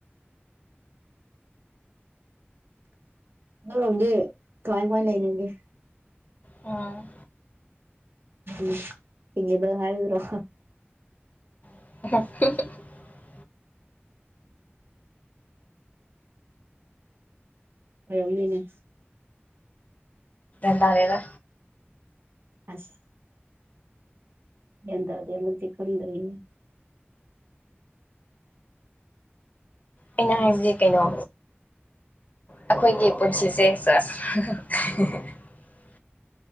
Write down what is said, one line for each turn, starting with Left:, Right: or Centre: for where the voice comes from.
Right: ꯅꯔꯣꯝꯗꯤ ꯀꯃꯥꯏ ꯀꯃꯥꯏ ꯂꯩꯅꯒꯦ
Left: ꯎꯝ
Right: ꯎ ꯏ ꯍꯥꯏꯗꯔꯣ
Left: <unintelligible>
Right: ꯍꯔꯣꯃꯤꯅꯦ
Left: ꯟꯗꯥꯔꯔ
Right: ꯑꯁ ꯌꯦꯗꯗꯦ ꯃꯗꯤ ꯀꯜꯗ꯭ꯔꯔꯤ
Left: ꯑꯩꯅ ꯍꯥꯏꯕꯗꯤ ꯀꯩꯅꯣ ꯑꯩꯈꯣꯏꯒꯤ ꯄꯨꯟꯁꯤꯁꯦ <unintelligible>